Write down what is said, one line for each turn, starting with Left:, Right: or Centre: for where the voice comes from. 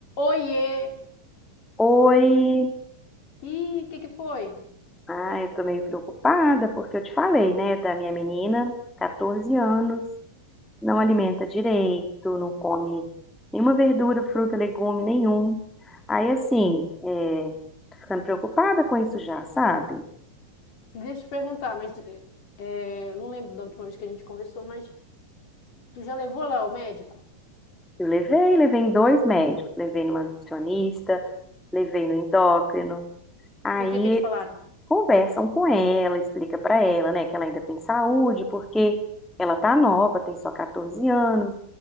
Left: Oiê!
Centre: Oi,
Left: Ih, o que que foi?
Centre: ah, eu tô meio preocupada porque eu te falei, né, da minha menina, 14 anos, não alimenta direito, não come nenhuma verdura, fruta, legume nenhum. Aí, assim, é, tô ficando preocupada com isso já, sabe?
Left: Deixa eu te perguntar, mas é, não lembro da última vez que a gente conversou, mas tu já levou lá o médico?
Centre: Eu levei, levei em dois médicos, levei numa nutricionista, levei no endócrino. Aí
Left: E o que que eles falaram?
Centre: conversam com ela, explica pra ela, né, que ela ainda tem saúde, porque ela tá nova, tem só 14 anos